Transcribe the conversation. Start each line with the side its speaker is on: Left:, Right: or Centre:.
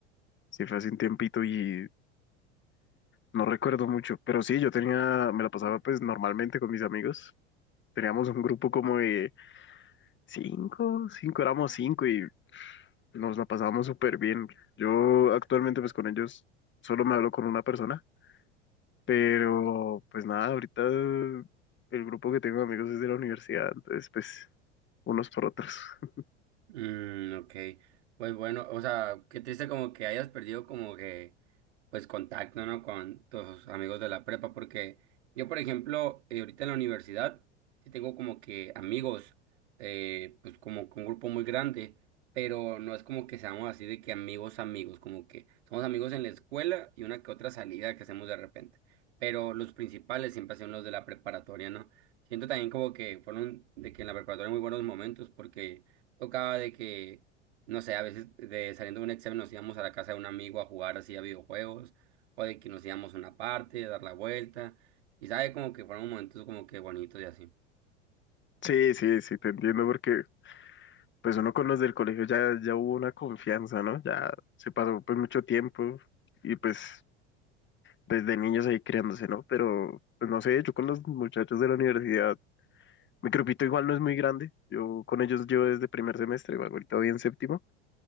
Left: sí fue hace un tiempito y no recuerdo mucho. Pero sí, yo tenía, me la pasaba pues normalmente con mis amigos. Teníamos un grupo como de cinco, cinco, éramos cinco y nos la pasábamos súper bien. Yo actualmente pues con ellos solo me hablo con una persona. Pero pues nada, ahorita el grupo que tengo de amigos es de la universidad, entonces pues unos por otros. <laughs>
Right: Mm, ok. Pues bueno, o sea, qué triste como que hayas perdido como que pues contacto, ¿no? Con tus amigos de la prepa, porque yo, por ejemplo, eh, ahorita en la universidad, sí tengo como que amigos, eh, pues como con un grupo muy grande, pero no es como que seamos así de que amigos, amigos, como que somos amigos en la escuela y una que otra salida que hacemos de repente, pero los principales siempre son los de la preparatoria, ¿no? Siento también como que fueron de que en la preparatoria muy buenos momentos, porque tocaba de que no sé, a veces de saliendo de un examen nos íbamos a la casa de un amigo a jugar así a videojuegos, o de que nos íbamos a una parte, a dar la vuelta, y sabe como que fueron momentos como que bonitos y así.
Left: Sí, sí, sí, te entiendo porque pues uno con los del colegio ya, ya hubo una confianza, ¿no? Ya se pasó pues mucho tiempo y pues desde niños ahí criándose, ¿no? Pero pues no sé, yo con los muchachos de la universidad, mi grupito igual no es muy grande, yo con ellos yo desde primer semestre, bueno, ahorita voy en séptimo,